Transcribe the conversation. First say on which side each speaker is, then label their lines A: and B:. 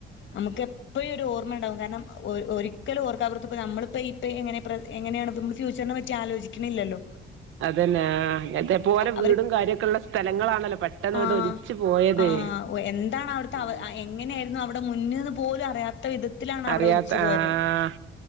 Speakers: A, on the left (about 70°); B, on the right (about 80°).
A: നമുക്ക് എപ്പഴും ഒരു ഓർമ്മ ഇണ്ടാവും കാരണം ഒ ഒരിക്കലും ഓർക്കാ പൊറത്ത്പ്പോ നമ്മളിപ്പോ ഇപ്പ എങ്ങനെ പ്ര എങ്ങനെയാണിപ്പ ഇമ്മള് ഫ്യൂച്ചറിനെ പറ്റി ആലോചിക്കണില്ലല്ലോ
B: അതന്നെ ആഹ് ഇതേ പോലെ വീടും
A: അവര്
B: കാര്യൊക്കെ ഇള്ള സ്ഥലങ്ങളാണല്ലോ പെട്ടെന്നാട്ട്
A: ആഹ്
B: ഒലിച്ച് പോയത്
A: ആഹ് ഓ എന്താണ് അവിടുത്തെ
B: ആ
A: അവ <unintelligible> മുന്ന്ന്ന് പോലും അറിയാത്ത ത്തവിധത്തിലാണ് അവിടെ
B: അറിയാത്ത
A: ഒലിച്ചു പോയത്.
B: ആഹ്